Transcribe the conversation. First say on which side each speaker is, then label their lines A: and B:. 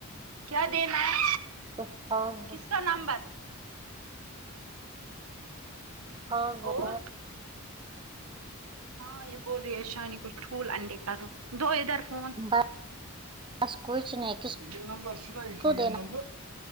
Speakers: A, on the right; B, on the right.
A: کیا دینا ہے
B: کچھ خاص
A: کس کا نمبر
B: ہاں نمبر
A: اور ہاں یہ بول رہی ہے شانی کچھ ٹھول انڈے کرو دو ادھر فون
B: بس بس کچھ نہیں کس
A: <unintelligible>
B: کو دینا
A: آں